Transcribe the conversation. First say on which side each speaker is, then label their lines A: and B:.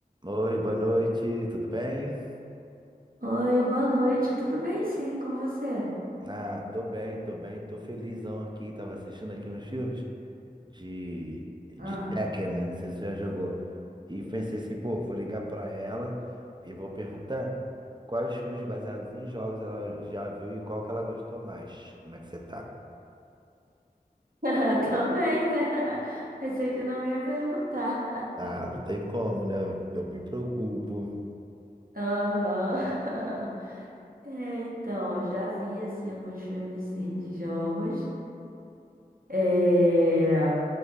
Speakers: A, on the right; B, on the right.
A: Oi, boa noite, tudo bem?
B: Oi, boa noite. Tudo bem, sim, com você?
A: Ah, tô bem, tô bem, tô felizão aqui. Tava assistindo aqui uns filmes de, de
B: Ah,
A: Tekken, né? Não sei se você já jogou. E pensei assim, pô, vou ligar pra ela e vou perguntar quais filmes baseados em jogos ela já viu e qual que ela gostou mais. Como é que você tá?
B: <laughs> também, né? <laughs> Pensei que não ia perguntar.
A: Ah, não tem como, né? Eu me preocupo.
B: Aham. <laughs> É, então, eu já vi, assim, alguns filmes, sim, de jogos. É...